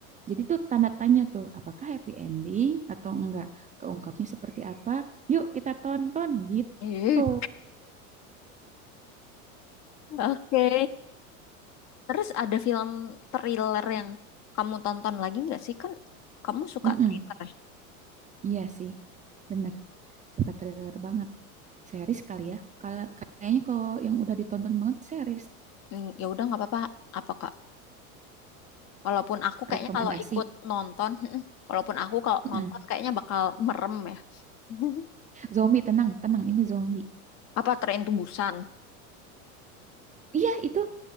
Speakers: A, on the right; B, on the left.
A: Jadi tuh tanda tanya tuh, apakah happy ending atau enggak? Keungkapnya seperti apa? Yuk kita tonton gitu.
B: Ih, <laughs> Oke. Terus ada film thriller yang kamu tonton lagi nggak sih? Kan kamu suka
A: Mm-mm.
B: thriller ya?
A: Iya sih, bener. Suka trailer banget. Series kali ya. Kalau kayaknya kalau yang udah ditonton banget series,
B: Hmm, ya udah nggak apa-apa. Apa Kak? Walaupun aku kayaknya
A: rekomendasi.
B: kalau ikut nonton, mm-mm, walaupun aku kalau nonton
A: Heeh.
B: kayaknya bakal merem ya. <laughs>
A: Zombie tenang, tenang ini zombie.
B: Apa Tren Busan?
A: Iya itu